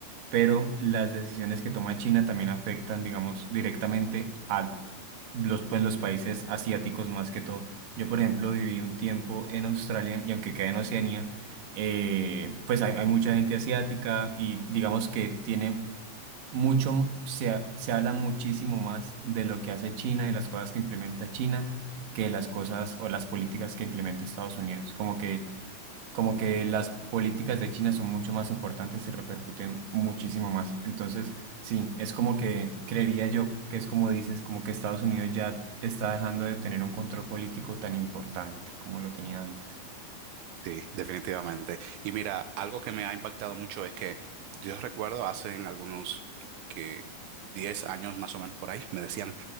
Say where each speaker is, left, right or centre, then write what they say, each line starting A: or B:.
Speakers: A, on the right (about 60°); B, on the right (about 80°).
A: pero las decisiones que toma China también afectan, digamos, directamente a los, pues, los países asiáticos más que todo. Yo, por ejemplo, viví un tiempo en Australia y aunque queda en Oceanía, eh, pues hay, hay mucha gente asiática y digamos que tiene mucho, se, ha- se habla muchísimo más de lo que hace China y las cosas que implementa China que de las cosas o las políticas que implementa Estados Unidos. Como que como que las políticas de China son mucho más importantes y repercuten muchísimo más. Entonces, sí, es como que creería yo que es como dices, como que Estados Unidos ya está dejando de tener un control político tan importante como lo tenía antes.
B: Sí, definitivamente. Y mira, algo que me ha impactado mucho es que yo recuerdo hace en algunos que 10 años más o menos por ahí, me decían,